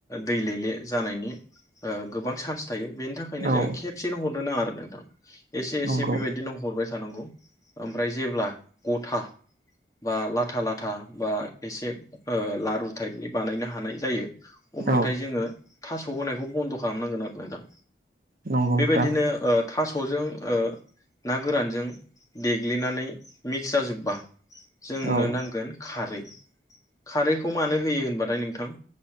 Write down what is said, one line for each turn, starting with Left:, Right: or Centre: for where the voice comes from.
Left: दै लेले जानायनि ओ गोबां चान्स थायो बेनि थाखायनो
Right: औ
Left: जोङो खेबसेनो हरनो नाङा आरो नोंथां एसे
Right: नंगौ
Left: एसे बेबायदिनो हरबाय थानांगौ ओमफ्राय जेब्ला गथा बा लाथा लाथा बा एसे ओ लारु थाइपनि बानायनो हानाय जायो अब्लाथाय
Right: औ
Left: जोङो थास' होनायखौ बन्द' खालामनांगोन आरो नोंथां
Right: नंगौ नोंथां
Left: बेबायदिनो ओ थास'जों ओ ना गोरानजों देग्लिनानै मिक्स जाजोब्बा जोंनो
Right: औ
Left: नांगोन खारै खारैखौ मानो होयो होनबाथाय नोंथां